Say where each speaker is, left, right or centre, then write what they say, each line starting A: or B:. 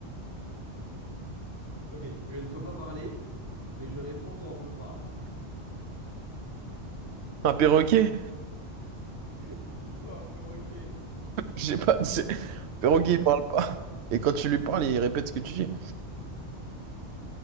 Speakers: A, on the right; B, on the right.
A: Ok, je ne peux pas parler, mais je réponds quand on me parle.
B: Un perroquet?
A: <laughs> Mais Pourquoi un perroquet?
B: <laughs> Je sais pas, c'est- perroquet il parle pas. Et quand tu lui parles, il répète ce que tu dis.